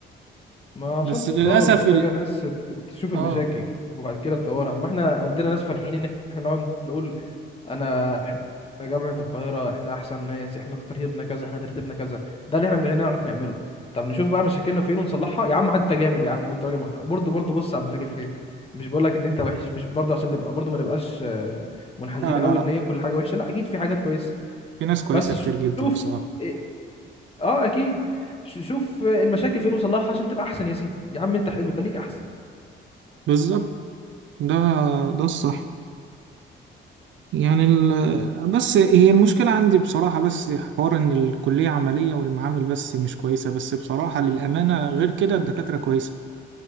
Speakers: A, on the left; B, on the right.
A: ما عشان
B: بس
A: تتطور
B: للأسف
A: محتاجه
B: ال...
A: ناس ت- تشوف المشاكل
B: آه
A: وبعد كده تطورها اما احنا عندنا ناس فالحين ان احنا نقعد نقول انا احنا جامعه القاهره احنا احسن ناس احنا ترتيبنا كذا احنا ترتيبنا كذا ده اللي احنا بنعرف نعمله طب نشوف بقى مشاكلنا فين ونصلحها يا عم انت جامد يا عم وانت راجل محترم برضه برضه بص على المشاكل فين مش بقول لك ان انت وحش مش برضه عشان نبقى برضه ما نبقاش آه، منحازين
B: لا لا
A: قوي
B: لا
A: ان هي كل حاجه وحشه لا اكيد في حاجات كويسه
B: في ناس كويسة
A: بس
B: كتير جدا
A: شوف
B: بصراحة
A: إيه- اه اكيد ش- شوف آه، المشاكل فين وصلحها عشان تبقى احسن يا سيدي يا عم انت حلو خليك احسن
B: بالظبط ده ده الصح يعني ال... بس هي المشكلة عندي بصراحة بس حوار إن الكلية عملية والمعامل بس مش كويسة بس بصراحة للأمانة غير كده الدكاترة كويسة